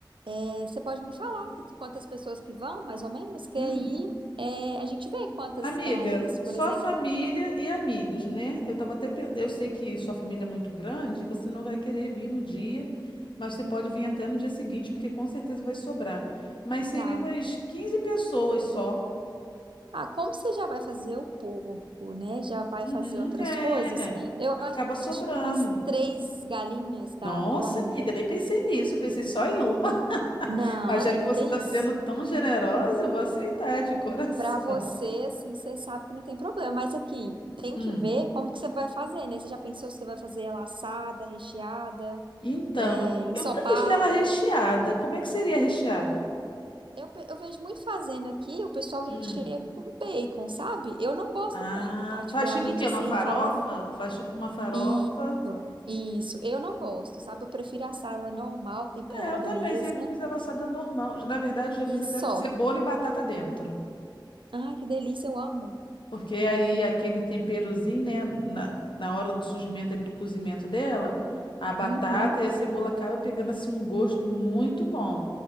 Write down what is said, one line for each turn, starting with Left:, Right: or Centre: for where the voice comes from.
Right: é, você pode me falar que- quantas pessoas que vão, mais ou menos, que
Left: uhum.
Right: aí é, a gente vê quantas
Left: Amiga,
Right: galinhas, por
Left: só
Right: exemplo,
Left: família e amigos, né? Eu tava até, pe- eu sei que sua família é muito grande, você não vai querer vir no dia, mas você pode vir até no dia seguinte, porque com certeza vai sobrar. Mas seriam
Right: tá.
Left: umas 15 pessoas só.
Right: Ah, como você já vai fazer o porco, né? Já vai
Left: Uhum,
Right: fazer outras
Left: é,
Right: coisas? Eu
Left: acaba
Right: acho
Left: sobrando.
Right: que umas três galinhas
Left: Nossa,
Right: dá, viu, amiga?
Left: amiga, nem pensei nisso, eu pensei só em uma. <laughs>
Right: Não,
Left: Mas
Right: amiga,
Left: já que você
Right: que isso?
Left: está sendo tão generosa, eu vou aceitar de coração.
Right: Pra você, assim, você sabe que não tem problema, mas aqui tem
Left: Hum.
Right: que ver como que você vai fazer, né? Você já pensou se você vai fazer ela assada, recheada,
Left: Então,
Right: é,
Left: amiga,
Right: ensopada?
Left: eu nunca fiz dela recheada. Como é que seria recheada?
Right: Eu, pe- eu vejo muito fazendo aqui, o pessoal recheia
Left: Hum.
Right: com bacon, sabe? Eu não gosto
Left: Ah,
Right: muito, particularmente
Left: faz tipo o quê?
Right: assim,
Left: Uma farofa?
Right: falando.
Left: Faz tipo uma farofa.
Right: Isso, isso, eu não gosto, sabe? Eu prefiro assar ela normal, temperada
Left: É, eu também
Right: mesmo,
Left: sempre fiz ela assada normal. Na verdade, já fiz
Right: e
Left: até
Right: só.
Left: com cebola e batata dentro.
Right: Ai, que delícia, eu amo.
Left: Porque aí aquele temperozinho, né, na, na hora do surgimento ali, do cozimento dela, a batata
Right: Uhum.
Left: e a cebola acaba pegando assim um gosto muito bom.